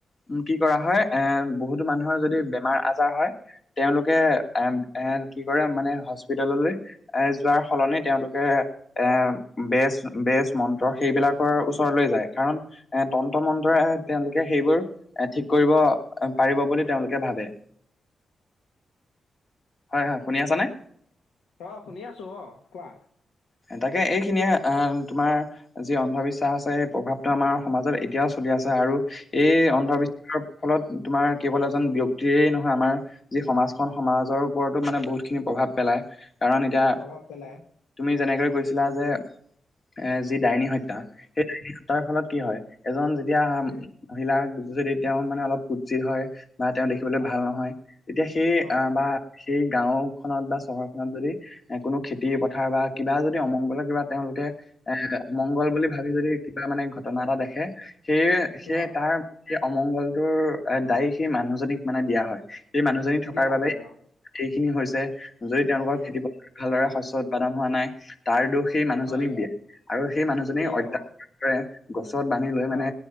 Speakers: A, on the left; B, on the left.
A: উ কি কৰা হয় এ বহুতো মানুহৰ যদি বেমাৰ আজ- হয় তেওঁলোকে এ এ কি কৰে মানে হস্পিতাললৈ এ যোৱাৰ সলনি তেওঁলোকে এ বেচ বেজ মন্ত্ৰ সেইবিলাকৰ ওচ- ওচৰলৈ যায় কাৰণ এ তন্ত্ৰ মন্ত্ৰৰে তেওঁলোকে সেইবোৰ এ ঠিক কৰিব পাৰিব বুলি তেওঁলোকে ভাবে। হয় হয় শুনি আছ নে?
B: অ শুনি আছোঁ। অ কোৱা?
A: তাকে এইখিনিয়ে আহ তোমাৰ যি অন্ধবিশ্বাস আছে সেই প্ৰভাৱটো আমাৰ সমাজত এতিয়াও চলি আছে আৰু এই অন্ধবিশ্বাসৰ
B: হয়
A: ফলত তোমাৰ কেৱল এজন ব্যক্তিৰেই নহ- আমাৰ যি সমাজখন সমাজৰ ওপৰতো মানে বহুত খিনি প্ৰভাৱ পেলাই কাৰণ এত- এতিয়া
B: প্ৰভাৱ পেলাই
A: তুমি যেনেকৈ কৈছিলা যে এ যি ডাইনী হত্যা সেই ডাইনী হত্যাৰ ফলত কি হয় এজন যেতিয়া
B: উম
A: মহিলাক যদি তেওঁ মানে অলপ কুটজিৰ হয় বা তেওঁ দেখিবলে
B: হয়
A: ভাল নহ তেতিয়া সেই
B: অ
A: বা সেই গাওখনত বা চহৰখনত যদি এ কোনো খেতি পথাৰ বা কিবা যদি অমংগলৰ কিবা তেওঁলোকে এ মংগল বুলি ভাবি যদি কিবা মানে ঘটনা এটা দেখে সেইয়ে সেয়ে
B: অ
A: তাৰ সেই অমংগলটোৰ দায়ী সেই মানুহজনীক মানে দিয়া হয়। এই মানুহজনী থকাৰ
B: দিয়া
A: বাবে
B: হয় অ
A: এইখিনি হৈছে যদি তেওঁলোকৰ
B: উম
A: খেতি প ভালদৰে শস্য উৎপাদন হোৱা নাই তাৰ দোষ সেই মানুহজনীক
B: হয়
A: দিয়ে আৰু সেই মানুহজনী
B: দিয়ে
A: অত্যা
B: অ
A: <unintelligible> গছত বান্ধি লৈ মানে
B: অ